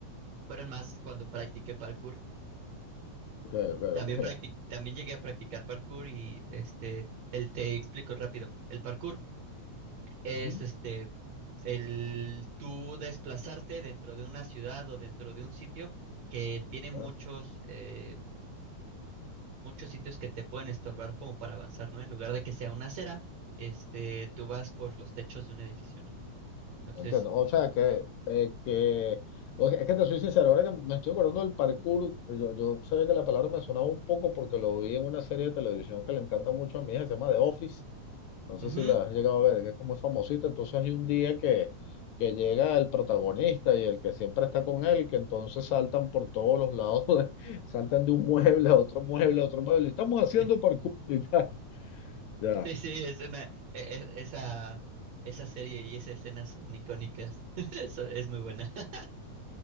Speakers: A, on the right; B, on the left.
A: fueron más cuando practiqué parkour.
B: Ok, ok,
A: También
B: ok.
A: practic- también llegué a practicar parkour y este, el, te explico rápido. El parkour es
B: Ujú,
A: este el tú desplazarte dentro de una ciudad o dentro de un sitio que tiene muchos
B: ya,
A: eh, muchos sitios que te pueden estorbar como para avanzar, ¿no? En lugar de que sea una acera, este tú vas por los techos de un edificio, ¿no? Entonces,
B: Entiendo. O sea que, eh, que o sea, es que te soy sincero, ahora que me estoy acordando del parkour, yo, yo sabía que la palabra me sonaba un poco porque lo vi en una serie de televisión que le encanta mucho a mi hija, se llama The Office No sé
A: ujú,
B: si la has llegado a ver, que es como famosita. Entonces hay un día que, que llega el protagonista y el que siempre está con él, que entonces saltan por todos los lados, <laughs> saltan de un mueble a otro mueble a otro mueble. Estamos haciendo
A: <laughs>
B: parkour <laughs> y tal. Ya.
A: Sí, sí, es una e- e- esa esa serie y esa escena son icónicas. <laughs> Eso es muy buena. <laughs>